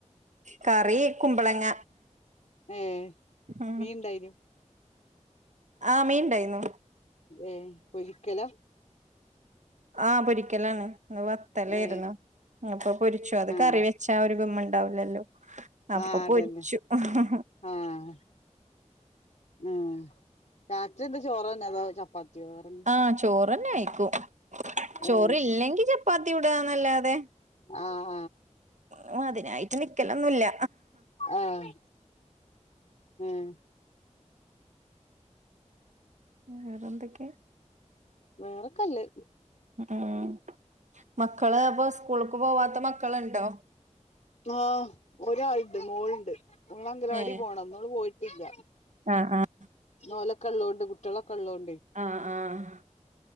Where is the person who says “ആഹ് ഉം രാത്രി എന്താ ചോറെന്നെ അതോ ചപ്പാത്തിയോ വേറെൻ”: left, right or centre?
Left